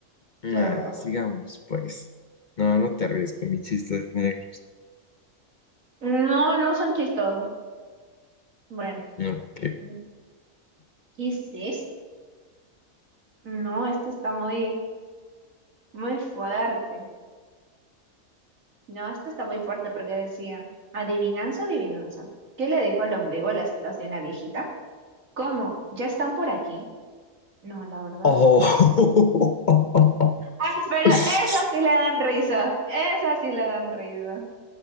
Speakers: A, on the left (about 50°); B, on the right (about 75°).
A: Ah,
B: la verdad.
A: sigamos, pues. No, no te ríes con mis chistes negros.
B: No, no son chistosos. Bueno,
A: No, que.
B: ¿qué es esto? No, este está muy, muy fuerte. No, este está muy fuerte porque decía, adivinanza, adivinanza. ¿Qué le dijo el ombligo a la situación a viejita? ¿Cómo? ¿Ya están por aquí? No, la verdad.
A: Oh.
B: Ay, Sí, pero
A: <laughs>
B: esas sí le dan risa. Esas sí le dan risa.